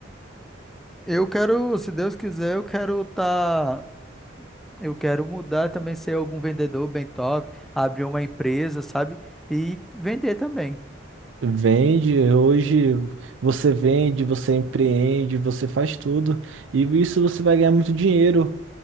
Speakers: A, in the centre; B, on the right.
A: Eu quero, se Deus quiser, eu quero tá. Eu quero mudar também, ser algum vendedor bem top, abrir uma empresa, sabe? E vender também.
B: Vende, hoje você vende, você empreende, você faz tudo. E isso você vai ganhar muito dinheiro.